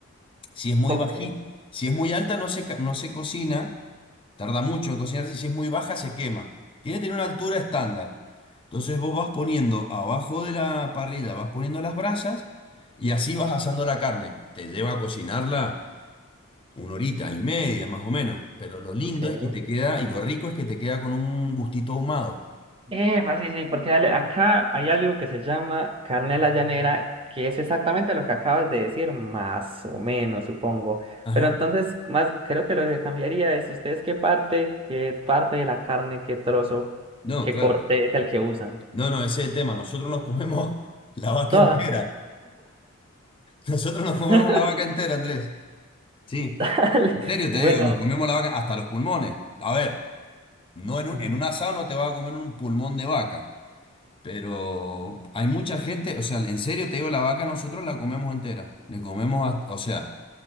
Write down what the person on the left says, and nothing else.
Si es muy
bajita, si es muy alta no se, ca- no se cocina Tarda mucho en cocinarse y si es muy baja se quema. Tiene que tener una altura estándar. Entonces vos vas poniendo abajo de la parrilla, vas poniendo las brasas y así vas asando la carne. Te lleva a cocinarla una horita y media más o menos. Pero lo lindo
es que te queda y lo rico es que te queda con un gustito ahumado.
Ajá.
No,
claro.
No, no, ese es el tema. Nosotros nos comemos <laughs> la vaca
entera. Nosotros nos comemos
la vaca entera, Andrés. Sí.
En serio te
digo, nos comemos la vaca hasta los pulmones. A ver. No en un,
en un asado no te vas a comer un pulmón de vaca, pero hay mucha gente, o sea, en serio te digo, la vaca nosotros la comemos entera. Le comemos, hasta- o sea,